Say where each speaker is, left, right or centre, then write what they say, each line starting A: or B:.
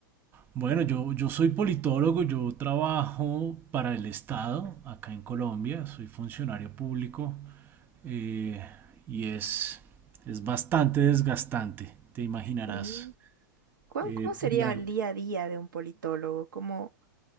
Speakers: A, on the right (about 20°); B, on the right (about 70°).
A: Bueno, yo, yo soy politólogo, yo trabajo para el Estado acá en Colombia, soy funcionario público eh, y es, es bastante desgastante, te imaginarás.
B: Mm. ¿Cuál-
A: Eh,
B: ¿Cómo sería
A: por la-
B: el día a día de un politólogo? ¿Cómo,